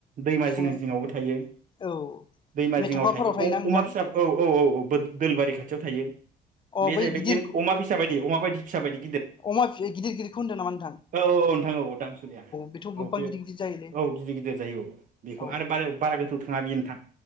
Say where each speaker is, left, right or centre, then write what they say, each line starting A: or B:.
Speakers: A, on the right; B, on the left.
A: दैमा
B: बिफाङाव
A: जिं जिंङावबो थायो
B: औ
A: दैमा
B: मेथ'खाफोराव
A: जिङाव थायो
B: थायोना नोंथां
A: अमा फिसा औ औ औ औ दोलबारि खाथियाव थायो
B: अ
A: बे जाहैबाय
B: बै गिदिर
A: अमा फिसा बायदि अमा बायदि फिसा बादि
B: अमा गिदिर गिदिरखौ होनदों नामा नोंथां
A: औ औ नोंथां औ दांसुलिया
B: बेथ' गोबां
A: औ बे
B: गिदिर गिदिर जायोलै
A: औ गिदिर गिदिर जायो औ बेखौ
B: औ
A: आरो बार बारा गोथौ नोंथां